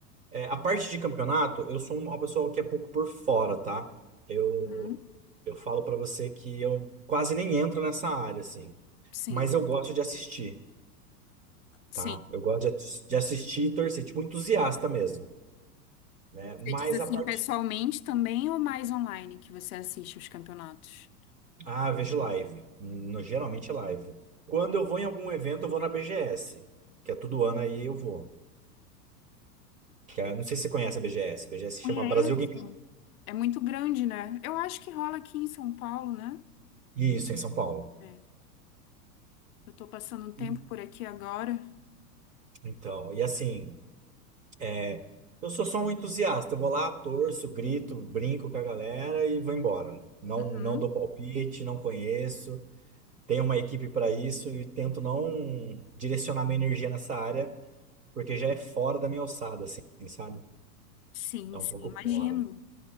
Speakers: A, on the right; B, on the left.
A: É, a parte de campeonato, eu sou uma pessoa que é pouco por fora, tá? Eu,
B: Uhum.
A: eu falo pra você que eu quase nem entro nessa área, assim.
B: Sim,
A: Mas eu gosto de assistir,
B: sim.
A: tá? Eu gosto de, atis- de assistir e torcer, tipo entusiasta mesmo, né?
B: Você
A: Mas
B: diz assim
A: a parte...
B: pessoalmente também ou mais online que você assiste os campeonatos?
A: Ah, vejo live. No- geralmente é live. Quando eu vou em algum evento, eu vou na BGS, que é todo ano aí eu vou. Que é- não sei se você conhece a BGS. A BGS se
B: Conheço.
A: chama Brasil Game...
B: É muito grande, né? Eu acho que rola aqui em São Paulo, né?
A: Isso, em São Paulo.
B: É. Eu tô passando um tempo
A: E-
B: por aqui agora.
A: Então, e assim... É, eu sou só um entusiasta. Eu vou lá, torço, grito, brinco com a galera e vou embora. Não,
B: Uhum.
A: não dou palpite, não conheço. Tenho uma equipe para isso e tento não direcionar minha energia nessa área, porque já é fora da minha alçada, assim, sabe?
B: Sim,
A: É um
B: sim,
A: pouco
B: imagino.
A: fora.